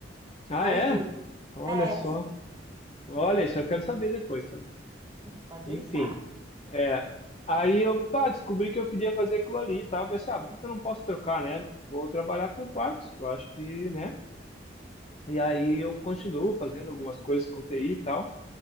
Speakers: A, on the left; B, on the right.
A: Ah,
B: mas
A: é?
B: de,
A: Olha
B: é,
A: só. Olha, isso eu quero saber depois também.
B: pode
A: Enfim,
B: deixar.
A: é. Aí eu, tá, descobri que eu queria fazer aquilo ali e tal. Eu pensei, ah, por que que eu não posso trocar, né? Vou trabalhar com quartos, eu acho que, né? E aí eu continuo fazendo algumas coisas com TI e tal.